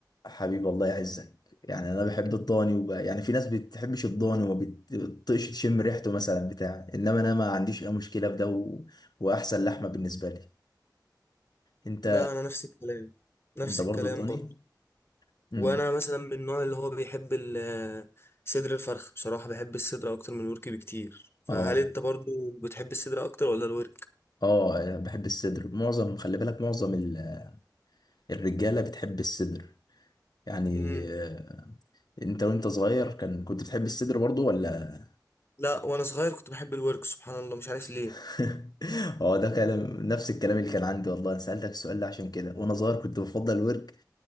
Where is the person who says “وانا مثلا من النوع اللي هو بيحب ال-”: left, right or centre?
Left